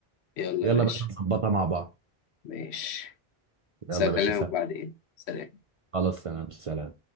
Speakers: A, on the left (about 85°); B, on the right (about 45°).
A: يلا
B: يلا
A: يا باشا
B: يا باشا نظبطها مع بعض
A: ماشي بس
B: يلا
A: هكلمك
B: يا باشا سلام
A: بعدين سلام
B: خلاص سلام سلام